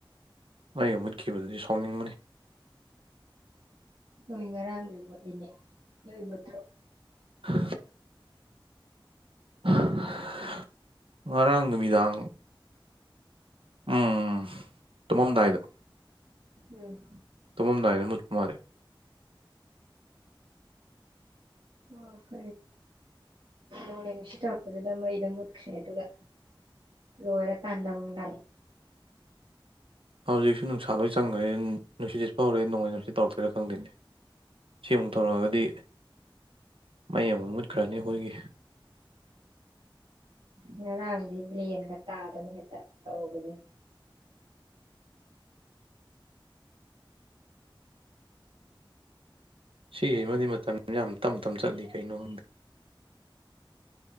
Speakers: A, on the right (about 80°); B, on the right (about 60°).
A: ꯃꯩꯒꯥ ꯃꯨꯠꯈꯤꯕꯗꯨꯗꯤ ꯁꯥꯎꯅꯤꯡꯕꯅꯤ
B: ꯑꯈꯣꯏ ꯉꯔꯥꯡꯁꯨ ꯃꯨꯠꯂꯤꯅꯦ ꯅꯣꯏ ꯃꯨꯠꯇꯔꯣ
A: <unintelligible> <unintelligible> ꯉꯔꯥꯡ ꯅꯨꯃꯤꯗꯥꯡ ꯎꯝ ꯇꯨꯃꯝꯗꯥꯏꯗ
B: ꯎꯝ
A: ꯇꯨꯃꯝꯗꯥꯏꯗ ꯃꯨꯠꯄ ꯃꯥꯜꯂꯤ
B: <unintelligible> ꯅꯣꯡꯂꯩ ꯅꯨꯡꯁꯤꯠ ꯇꯧꯔꯛꯄꯗꯨꯗꯥ ꯃꯩꯗꯣ ꯃꯨꯠꯈꯔ꯭ꯦ ꯑꯗꯨꯒ ꯂꯣꯏꯔꯀꯥꯟꯗ ꯑꯃꯨꯛ ꯂꯥꯛꯏ
A: ꯍꯧꯖꯤꯛꯁꯨ ꯅꯨꯡꯁꯥ ꯂꯣꯏ ꯆꯪ <unintelligible> ꯅꯨꯡꯁꯤꯠ ꯁꯤꯠꯄꯥ ꯍꯧꯔꯛ ꯑ ꯅꯣꯡꯂꯩ ꯅꯨꯡꯁꯤꯠ ꯇꯧꯔꯛꯇꯣꯏꯔꯥ ꯈꯡꯗꯦꯅꯦ ꯁꯤ ꯑꯃꯨꯛ ꯇꯧꯔꯛ ꯑꯒꯗꯤ ꯃꯩ ꯑꯃꯨꯛ ꯃꯨꯠꯈꯔꯥꯅꯤ ꯑꯈꯣꯏꯒꯤ
B: ꯉꯔꯥꯡꯗꯤ ꯂꯦꯟꯒ ꯇꯥꯗꯅ ꯍꯦꯛ ꯇ ꯇꯧꯕꯅꯦ
A: ꯁꯤꯁꯤꯃꯗꯤ ꯃꯇꯝꯁꯤ ꯌꯥꯝ ꯇꯝꯇꯝ ꯆꯠꯂꯤ ꯀꯩꯒꯤꯅꯣ ꯈꯪꯗꯦ